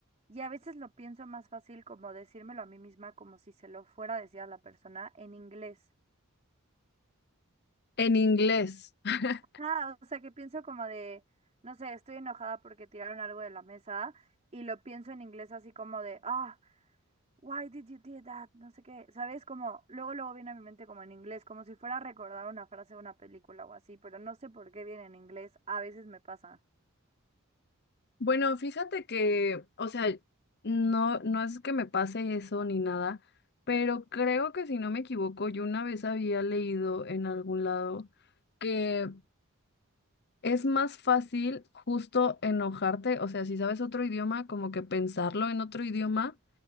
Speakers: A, on the right; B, on the left.
A: y a veces lo pienso más fácil como decírmelo a mí misma como si se lo fuera a decir a la persona en inglés.
B: En inglés. <laughs>
A: Ah, o sea que pienso como de, no sé, estoy enojada porque tiraron algo de la mesa y lo pienso en inglés así como de, ah. Why did you do that? No sé qué, ¿sabes? Como, luego, luego viene a mi mente como en inglés, como si fuera a recordar una frase de una película o así, pero no sé por qué viene en inglés, a veces me pasa.
B: Bueno, fíjate que, o sea, no, no es que me pase eso ni nada, pero creo que si no me equivoco, yo una vez había leído en algún lado que es más fácil justo enojarte, o sea, si sabes otro idioma, como que pensarlo en otro idioma,